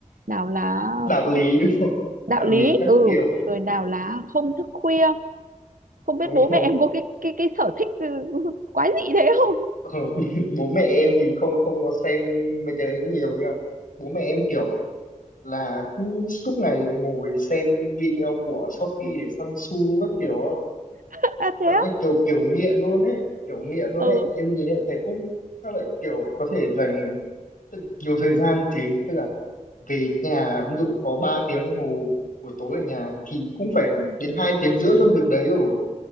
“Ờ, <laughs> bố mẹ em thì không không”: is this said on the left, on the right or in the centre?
Left